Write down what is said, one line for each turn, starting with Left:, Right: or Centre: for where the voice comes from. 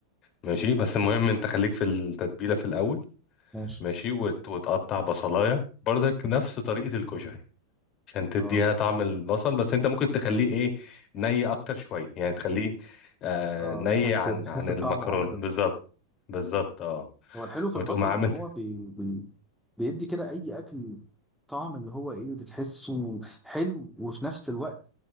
Left: ماشي بس
Centre: تمام
Left: المهم انت خليك في التتبيلة في الأول
Centre: ماشي
Left: ماشي وت- وتقطع بصلاية برضك نفس طريقة الكشري عشان تديها
Centre: اه
Left: طعم البصل بس انت ممكن تخليه ايه ني اكتر شويه يعني تخليه آه
Centre: اه
Left: ني
Centre: بتحس
Left: عن
Centre: بتحس
Left: عن المكرونه
Centre: بطعمه اكتر
Left: بالظبط بالظبط اه
Centre: هو الحلو في
Left: وتقوم
Centre: البصل
Left: عامل
Centre: ان هو بي... بي... بيدي كده اي اكل طعم اللي هو ايه بتحسه حلو وفي نفس الوقت